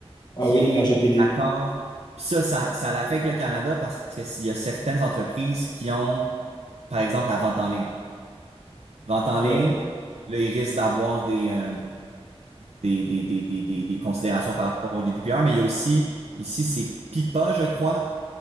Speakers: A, on the left; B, on the right.
A: Ah
B: qui
A: oui, l'RGPD.
B: est l'accord. Puis ça, ça, ça l'affecte le Canada parce que s'il y a certaines entreprises qui ont, par exemple, la vente en ligne. Vente en
A: Ouais,
B: ligne, là, ils risquent d'avoir des, euh, des, des, des, des, des, des considérations par rapport au GDPR, mais il y a aussi, ici, c'est PIPA, je crois,